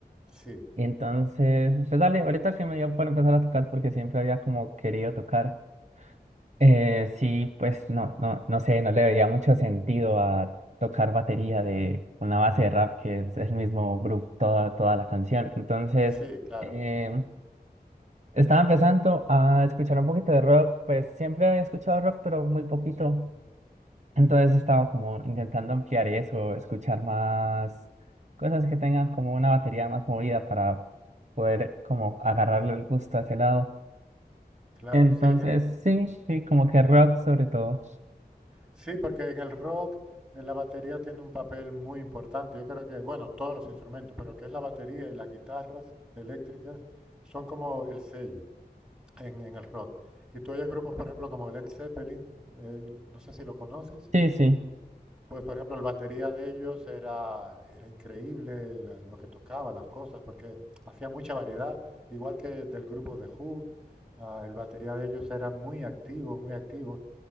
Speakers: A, in the centre; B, on the right.
A: Sí,
B: Y entonces, pues dale, ahorita que me dio por empezar a tocar porque siempre había como querido tocar. Eh, sí, pues no, no, no sé, no le veía mucho sentido a tocar batería de una base de rap que es el mismo groove toda, toda la canción. Entonces,
A: sí, claro,
B: eh, estaba empezando a escuchar un poquito de rock, pues siempre había escuchado rock, pero muy poquito. Entonces estaba como intentando ampliar eso, escuchar más cosas que tengan como una batería más movida para poder como agarrarle el gusto a ese lado.
A: claro,
B: Entonces,
A: sí, eh,
B: sí, sí, como que rock sobre todo.
A: sí, porque en el rock eh, la batería tiene un papel muy importante. Yo creo que, bueno, todos los instrumentos, pero que es la batería y las guitarras eléctricas son como el sello en, en el rock. Y tú oyes grupos, por ejemplo, como Led Zeppelin, eh, no sé si lo conoces.
B: Sí, sí.
A: Pues, por ejemplo, el batería de ellos era, era increíble la- lo que tocaba, las cosas, porque hacía mucha variedad, igual que del grupo de Who, ah, el batería de ellos era muy activo, muy activo.